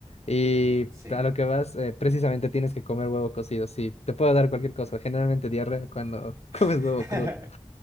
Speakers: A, on the left; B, on the right.
A: Y
B: El- sí.
A: a lo que vas, eh, precisamente tienes que comer huevo cocido. Sí, te puede dar cualquier cosa, generalmente diarrea cuando
B: <laughs>
A: <laughs> comes huevo crudo.